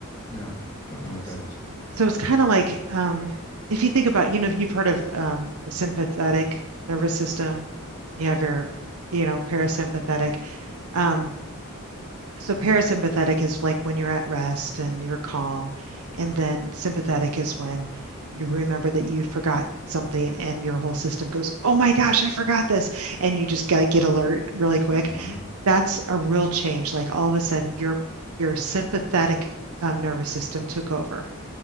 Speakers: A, on the left; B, on the right.
A: No, don't know what that
B: S-
A: is.
B: So it's kind of like um, if you think about, you know, if you've heard of um, the sympathetic nervous system, you have your, you know, parasympathetic. Um, So parasympathetic is like when you're at rest and you're calm, and then sympathetic is when you remember that you forgot something and your whole system goes, "Oh my gosh, I forgot this," and you just got get alert really quick.
A: Mm-hmm.
B: That's a real change. Like all of a sudden, your your sympathetic um, nervous system took over.